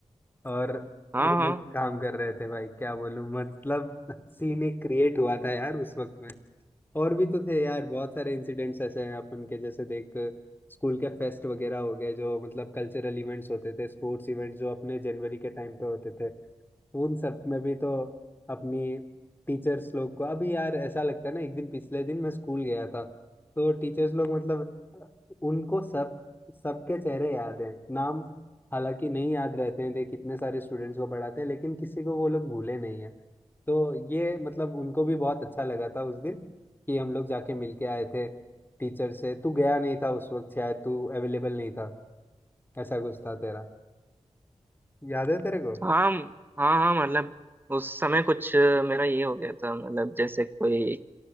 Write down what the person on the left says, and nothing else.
और
वो
लोग काम कर रहे थे भाई क्या बोलूं मतलब सीन एक क्रिएट हुआ था यार उस वक्त में और भी तो थे यार बहुत सारे इंसिडेंट्स ऐसे हैं अपन के जैसे देख स्कूल के फेस्ट वगैरह हो गए जो मतलब कल्चरल इवेंट्स होते थे स्पोर्ट्स इवेंट्स जो अपने जनवरी के टाइम पे होते थे उन सब में भी तो अपनी टीचर्स लोग को अभी यार ऐसा लगता है ना एक दिन पिछले दिन मैं स्कूल गया था तो टीचर्स लोग मतलब अ, उनको सब सबके चेहरे याद हैं नाम हालांकि नहीं याद रहते हैं देख कितने सारे स्टूडेंट्स को पढ़ाते हैं लेकिन किसी को वो लोग भूले नहीं है तो ये मतलब उनको भी बहुत अच्छा लगा था उस दिन कि हम लोग जाके मिल के आए थे टीचर से तू गया नहीं था उस वक्त शायद तू अवेलेबल नहीं था ऐसा कुछ था तेरा याद है तेरे को